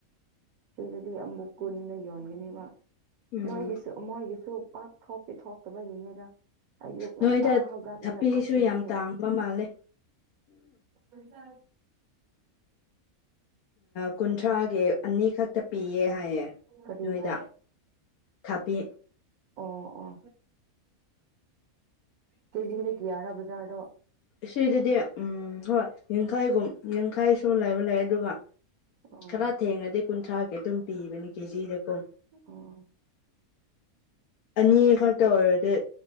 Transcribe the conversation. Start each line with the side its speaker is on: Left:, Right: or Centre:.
Right: ꯁꯤꯗꯗꯤ ꯑꯃꯨꯛ ꯀꯨꯟꯅ ꯌꯣꯟꯒꯅꯤꯕ
Left: ꯎꯝ
Right: ꯅꯣꯏꯒꯤꯁꯨ ꯃꯣꯏꯒꯤꯁꯨ ꯄꯥꯛ ꯊꯣꯛꯇꯤ ꯊꯣꯛꯇꯕꯒꯤꯅꯤꯗ ꯑꯣꯛ
Left: ꯅꯣꯏꯗ
Right: ꯅꯪ ꯀ ꯍꯧꯒꯗꯂꯒ
Left: ꯊꯕꯤꯁꯨ
Right: ꯍꯥꯠ ꯆꯇꯅꯤ
Left: ꯌꯥꯝ ꯇꯥꯡꯕ ꯃꯥꯜꯂꯦ
Right: ꯄꯖ
Left: ꯀꯨꯟꯊ꯭ꯔꯥꯒꯤ ꯑꯅꯤꯈꯛꯇ ꯄꯤꯌꯦ ꯍꯥꯏꯌꯦ
Right: ꯀꯔꯤꯕꯨ
Left: ꯅꯣꯏꯗ ꯈꯕꯤ
Right: ꯑꯣ ꯑꯣ ꯀꯦꯖꯤꯗ ꯀꯌꯥꯔꯥ ꯕꯖꯥꯔꯗꯣ
Left: ꯁꯤꯗꯗꯤꯝ ꯍꯣꯏ ꯌꯥꯡꯈꯥꯏꯒꯨꯝ ꯌꯥꯡꯈꯥꯏꯁꯨ ꯂꯥꯏꯕ ꯂꯥꯛꯑꯦ ꯑꯗꯨꯒ
Right: ꯑꯣ
Left: ꯈꯔ ꯊꯦꯡꯉꯗꯤ ꯀꯨꯟꯊ꯭ꯔꯥꯒꯤ ꯑꯗꯨꯝ ꯄꯤꯕꯅꯤ ꯀꯦꯖꯤꯗ ꯀꯨꯝ
Right: ꯑꯣ
Left: ꯑꯅꯤ ꯈꯛꯇ ꯑꯣꯏꯔꯗꯤ